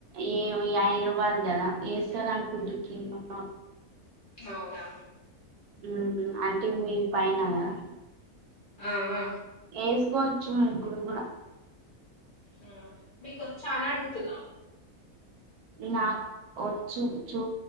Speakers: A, on the right; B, on the left.
A: ఏ ఏయ్య ఐ రూపాదు కదా వేస్తారు అనుకుంటి కిందునోల్
B: అవునా
A: ఉమ్ అంటే మీద్ పైన కదా
B: ఆ ఆ
A: వేసుకోవచ్చు ముగ్గురు కూడా
B: ఆ మీకు వచ్చా అని అడుగుతున్నా
A: నాకు వోచ్చు చూ